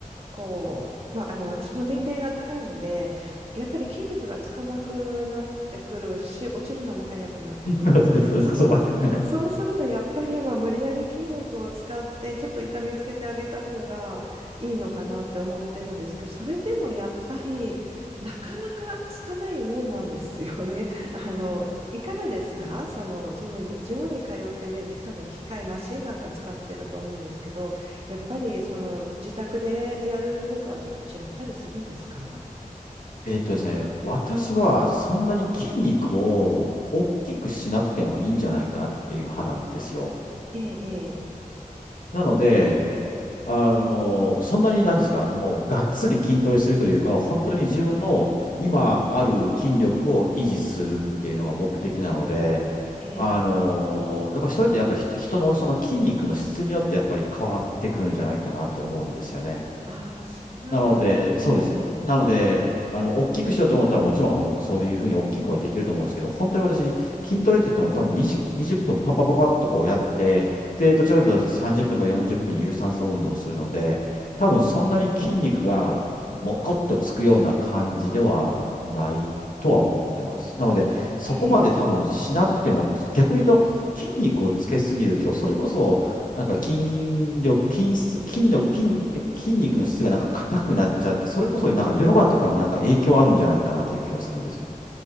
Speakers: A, on the right; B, on the left.
A: こう、まあ、あの私も年齢が高いのでやっぱり筋肉がつかなくなってくるし落ちるのも早くなってくる
B: <laughs> そうそうそうそうわかんない
A: <laughs> そう、そうするとやっぱりまあ無理やり筋肉を使ってちょっと痛めつけてあげた方がいいのかなって思ってるんですけどそれでもやっぱりなかなかつかないもんなんですよね。<laughs> あのいかがですかそのジムにジムに通ってみると多分機械マシンなんか使ってると思うんですけどやっぱりその自宅でやるのとはちょっと違ったりするんですか
B: うん。えっとですね、私はそんなに筋肉を大きくしなくてもいいんじゃないかなっていう派なんですよ。
A: ええ、
B: なので、あの、そんなになんですか、もうがっつり筋トレするというか、本当に自分の今ある筋力を維持するっていうのが目的なので、
A: ええ、ええ。
B: あの、やっぱりそれってあと人人のその筋肉の質によってやっぱり変わってくるんじゃないかなと思うんですよね。
A: ああー、そうなんですね。
B: なので、そうです。
A: ええ、
B: なので、あの、大きくしようと思ったら、もちろん、そういうふうに大きくはできると思うんですけど、本当に私、筋トレって言っても、多分20、20分、パッパッパッパッとこうやって、で、どちらかというと30分か40分、有酸素運動をするので、多分そんなに筋肉が、もこっとつくような感じではないとは思ってます。なので、そこまで多分しなくても、
A: ええ、ええ。
B: 逆に言うと、筋肉をつけすぎると、それこそ、なんか筋力、筋質、筋力、筋、え筋肉の質がなんか硬くなっちゃって、それこそなんかヨガとかになんか影響あるんじゃないかなっていう気はするんですよね。